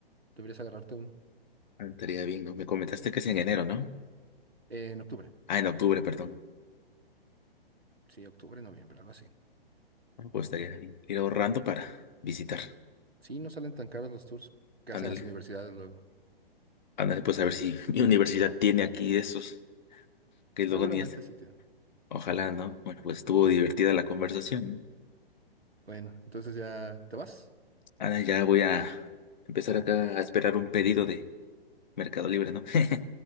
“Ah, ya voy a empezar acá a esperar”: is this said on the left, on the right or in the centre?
Left